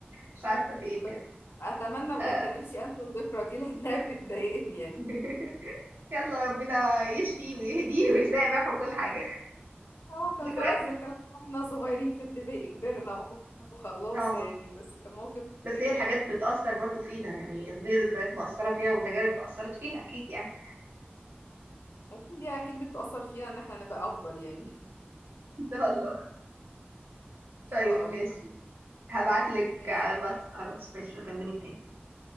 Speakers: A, on the right (about 65°); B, on the left (about 85°).
A: مش عارفة في ايه
B: بس
A: بجد
B: اتمنى
A: آه.
B: بجد نفسي انسى الذكرى دي لانها بتضايقني يعني
A: <laughs> يلا ربنا يشفي ويهديه ويسامح وكل حاجة
B: هو
A: <laughs>
B: كان
A: ذكريات
B: خلاص ده كلام واحنا صغيرين في ابتدائي كبرنا وخلاص
A: اه
B: يعني بس كان موقف
A: بس
B: خفيف
A: هي الحاجات بتأثر برضو فينا يعني دي ذكريات مؤثرة فينا وتجارب أثرت فينا أكيد يعني
B: اكيد يعني اكيد بتأثر فينا ان احنا نبقى افضل يعني <laughs> ان
A: <laughs> إن شاء الله
B: شاء
A: طيب ماشي
B: الله
A: هبعتلك
B: ماشي
A: على الواتس على الواتس ماشي بكلمك تاني